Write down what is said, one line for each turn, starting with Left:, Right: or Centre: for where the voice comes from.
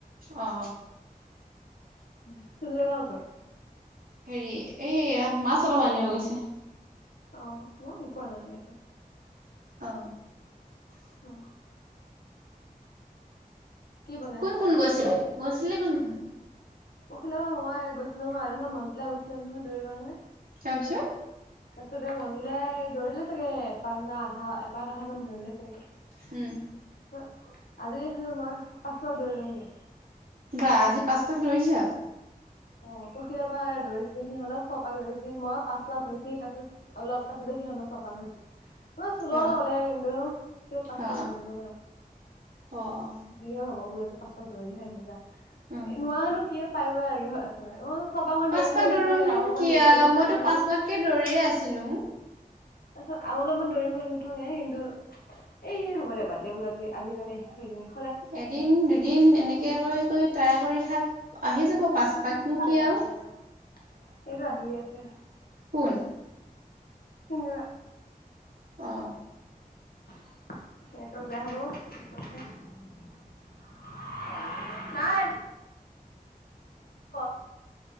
Right: অ।
Left: <unintelligible>
Right: হেৰি এইয়া মাছ অলপ আনিব গৈছে।
Left: অ মই একো অনা নাই এনকে।
Right: অ।
Left: অ। কি বনাই
Right: কোন
Left: আছ তই
Right: কোন
Left: এতিয়া
Right: গৈছিলি গৈছিলি কোন কোন?
Left: পখিলাবা মই গৈচিলোং হয় তাছত মঞ্জিলদাই গৈছিলে নহয় দৌৰিব কাৰণে।
Right: তাপিছত?
Left: তাছতে মঞ্জুলাই দৌৰিলে চাগে এপাক নে আধা এপাক আধা মান দৌৰিলে চাগে।
Right: উম।
Left: ছত আজি মই পাঁচ পাক দৌৰিলুংগে।
Right: বা আজি পাঁচপাক দৌৰিছা।
Left: অ পখিলাবা দৌৰিছিলো সিহঁত ছপাক দৌৰিচে মই পাঁচ পাক হৈছি তাছত অলপ পাছতে সিহঁতৰ চপাক হৈছে মই চুল হ'লে
Right: অ
Left: কিন্তু কিন্তু পাঁচপাক
Right: অ
Left: দৌৰি লং আও।
Right: অ অ।
Left: যি হয় হব বোলো আজি পাছপাক দৌৰিহে আহিম যা,
Right: উম
Left: নোৱাইনো কিয় পাৰিব লাগে হয়। অ চপাক মান
Right: পাঁচ
Left: দৌৰিম বুলি
Right: পাক
Left: ভাবিছিলো
Right: দৌৰোতে
Left: আও অকণমান দৌৰিম বুলি ভাবিছিলো
Right: মইতো
Left: কিন্তু
Right: পাঁচ পাককে কি দৌৰিয়ে ভাবিছিলুং
Left: তাছত আৰু অলপমান দৌৰিম বুলি ভাবিছিলুঙে কিন্তু এ হ'ব দে বাদ দে বোলো আজি আজি মানে আহি থৈ দিঙ এ
Right: এদিন দুদিন এনেকে কৰি কৰি ট্ৰাই কৰি থাক। আহি যাব পাচপাকনো
Left: উম চিন্তা
Right: কি
Left: এটা
Right: আও।
Left: আহিলে ৰ এইটো আহিয়ে আছে।
Right: কোন?
Left: হিন দাদা।
Right: অ।
Left: নেটৱৰ্ক বেয়া হ'ব অ ফটককে। নাই। ক?